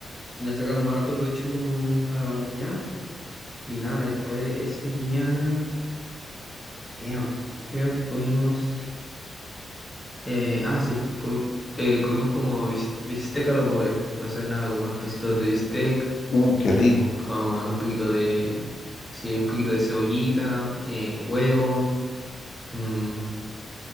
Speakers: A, in the centre; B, on the left.
A: le sacamos harto provecho como a la mañana y nada, y después ese día, damn, creo que comimos, eh, ah sí, comi- eh, comimos como biste- bistec a lo pobre, entonces nada, como un de bistec.
B: Uh, qué rico.
A: con un poquito de, sí, un poquito de cebollita, eh, huevo, mm,